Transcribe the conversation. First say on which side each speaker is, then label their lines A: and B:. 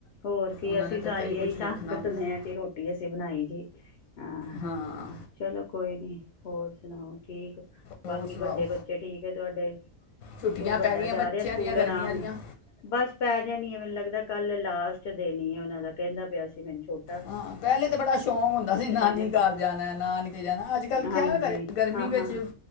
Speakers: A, on the left; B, on the left.
A: ਹੋਰ ਕੀ
B: ਉਹਨਾਂ
A: ਅਸੀਂ
B: ਨੇ ਤਾਂ
A: ਸ
B: ਕਈ
A: ਇਹੀ
B: ਕੁਝ ਵੇਖਣਾ
A: ਸਾਨ ਕਰਦੇ
B: ਹੁੰਦਾ
A: ਹਾਂ ਕਿ ਰੋਟੀ ਅਸੀਂ ਬਣਾਈ ਜੀ, ਹਾਂ।
B: ਹਾਂ।
A: ਚਲੋ ਕੋਈ ਨੀਂ ਹੋਰ ਸੁਣਾਓ ਠੀਕ
B: ਹੋਰ
A: ਬਾਕੀ
B: ਸੁਣਾਓ
A: ਵੱਡੇ ਬੱਚੇ ਠੀਕ ਐ ਤੁਹਾਡੇ <inaudible>
B: ਛੁੱਟੀਆਂ
A: 'ਚ ਵੱਡਾ
B: ਪੈ ਗਈਆਂ
A: ਜਾ
B: ਬੱਚਿਆਂ
A: ਰਿਹਾ ਸਕੂਲ
B: ਦੀਆਂ ਗਰਮੀਆਂ
A: ਆਰਾਮ ਨਾਲ
B: ਦੀਆਂ
A: ਬਸ ਪੈ ਜਾਨੀ ਆ ਮੈਨੂੰ ਲੱਗਦਾ ਕੱਲ੍ਹ ਲਾਸਟ ਦਿਨ ਈ ਉਹਨਾਂ ਦਾ ਕਹਿੰਦਾ ਪਿਆ ਸੀ ਮੈਨੂੰ ਛੋਟ
B: ਹਾਂ ਪਹਿਲੇ ਤਾਂ ਬੜਾ ਸ਼ੌਕ ਹੁੰਦਾ ਸੀ, ਨਾਨੀ
A: ਦਿਨ ਏ
B: ਘਰ ਜਾਣਾ, ਨਾਨਕੇ ਜਾਣਾ, ਅੱਜ-ਕੱਲ੍ਹ
A: ਹਾਂਜੀ
B: ਕਿਆ ਕਰੇ ਗਰਮੀ
A: ਹਾਂ
B: ਵਿੱਚ
A: ਹਾਂ